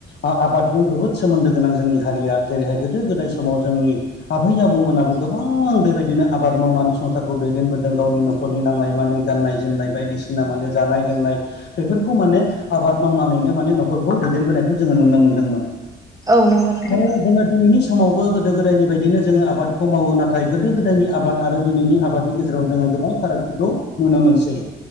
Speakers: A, on the left; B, on the right.
A: ओ आबादजों जोबोद सोमोन्दो गोनां जोंनि हारिया जेरैहाय गोदो गोदाय समाव जोंनि आबै आबौमोनाबो गोबां बेबायदिनो आबाद मावनानै संसारखौ दैदेनबोदों गावनि न'खर नि नांनाय मानि गाननाय जोमनाय बायदिसिना माने जानाय लोंनाय बेफोरखौ माने आबाद मावनानैनो माने नखरखौ दैदेनबोनायखौ जोङो नुनो मोनदोंमोन
B: औ नंगौ नोंथां
A: आरो जोङो दिनैनि समावबो गोदो गोदायनि बायदिनो जोङो आबादखौ मावो नाथाय गोदो गोदायनि आबाद आरो दिनैनि आबादनि गेजेराव जोङो गोबां फारागथिखौ नुनो मोनसै।